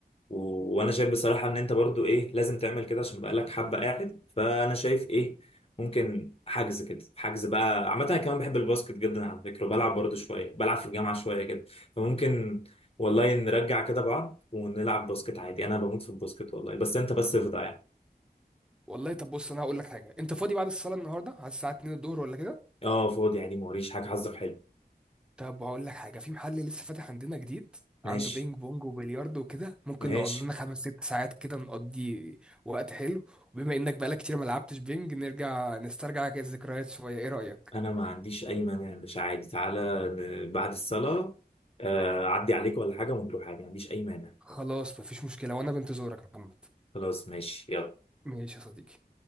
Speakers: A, on the left; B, in the centre.
A: و... وانا شايف بصراحة ان انت برضو ايه لازم تعمل كده عشان بقالك حبة قاعد فانا شايف ايه ممكن حجز كده حجز بقى عامة انا كمان بحب الباسكت جدا على فكرة وبلعب برضو شوية بلعب في الجامعة شوية كده فممكن والله نرجع كده بعض ونلعب باسكت عادي انا بموت في الباسكت والله بس انت بس افضى يعني
B: والله طب بص انا هقول لك حاجه انت فاضي بعد الصلاه النهارده على الساعه 2 الظهر ولا كده
A: اه فاضي عادي موريش حاجة حظك حلو
B: طب هقول لك حاجة في محل لسه فاتح عندنا جديد
A: ماشي
B: عنده بينج بونج وبلياردو وكده ممكن
A: ماشي
B: نقعد لنا خمس ست ساعات كده نقضي وقت حلو وبما انك بقالك كتير ما لعبتش بينج نرجع نسترجع كده الذكريات شوية ايه رأيك؟
A: انا ما عنديش اي مانع مش عادي تعالى ن- بعد الصلاة آه، اعدي عليك ولا حاجة ونروح حاجة ما عنديش اي مانع
B: خلاص مفيش مشكلة وانا بنتظرك يا محمد
A: خلاص ماشي يلا
B: ماشي يا صديقي